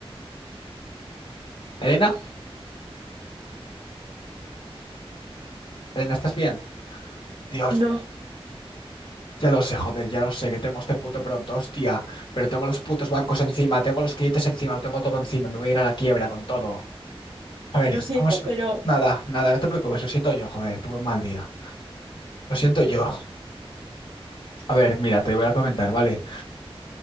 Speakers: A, on the left; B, on the right.
A: ¿Elena? ¿Elena, estás bien? Dios.
B: No,
A: Ya lo sé, joder, ya lo sé, que tengo este puto pronto, hostia. Pero tengo los putos bancos encima, tengo los clientes encima, lo tengo todo encima, me voy a ir a la quiebra con todo. A ver,
B: Lo siento,
A: vamos.
B: pero
A: Nada, nada, no te preocupes, lo siento yo, joder, tuve un mal día. Lo siento yo. A ver, mira, te voy a comentar, ¿vale?